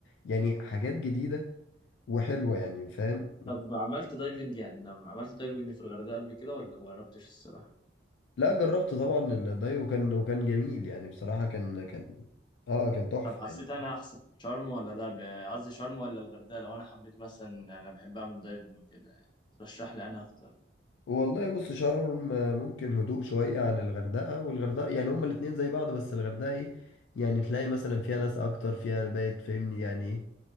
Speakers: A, on the left (about 70°); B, on the left (about 25°).
A: يعني حاجات جديده وحلوه يعني فاهم
B: طب عملت دايفنج يعني لما عملت دايفنج في الغردقه قبل كده ولا ما جربتش الصراحه
A: لا جربت طبعا الداي وكان وكان جميل يعني بصراحه كان كان اه كان تحفه
B: طب حسيت
A: يعني
B: انا احسن شرم ولا دهب يعني قصدي شرم ولا الغردقه لو انا حبيت مثلا انا بحب اعمل دايفنج وكده ترشح لي انا اكتر
A: والله بص شرم ممكن هدوء شوية عن الغردقة والغردقة يعني هما الاتنين زي بعض بس الغردقة ايه يعني تلاقي مثلا فيها ناس أكتر فيها بقت فاهمني يعني ايه